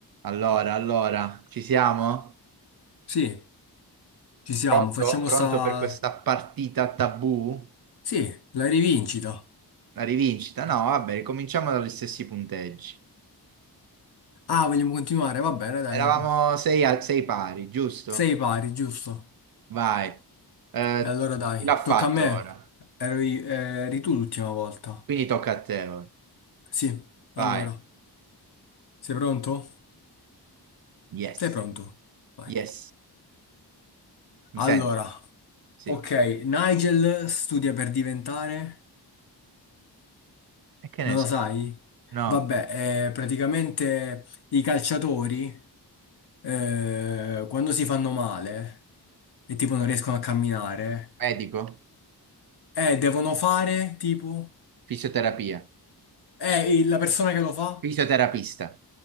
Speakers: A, on the right (about 60°); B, on the left (about 70°).
A: Allora, allora, ci siamo?
B: Sì, ci siamo,
A: Pronto?
B: facciamo
A: Pronto
B: sta...
A: per questa partita tabù?
B: Sì, la rivincita.
A: La rivincita? No, vabbè, ricominciamo dagli stessi punteggi.
B: Ah, vogliamo continuare? Va bene, dai.
A: Eravamo
B: co-
A: sei, a- sei pari, giusto?
B: Sei pari, giusto?
A: Vai. Eh,
B: E allora dai,
A: chi l'ha fatto
B: tocca a me.
A: ora?
B: Ero i- eh, eri tu l'ultima volta.
A: Quindi tocca a te ora.
B: Sì, allora.
A: Vai.
B: Sei pronto?
A: Yes,
B: Sei pronto? Vai.
A: yes. Mi
B: Allora,
A: senti? Sì.
B: ok, Nigel studia per diventare...
A: E che ne
B: Non
A: so?
B: lo sai?
A: No.
B: Vabbè, eh, praticamente i calciatori eh, quando si fanno male e tipo non riescono a camminare,
A: Medico?
B: eh, devono fare tipo...
A: Fisioterapia?
B: Eh, il- la persona che lo fa?
A: Fisioterapista?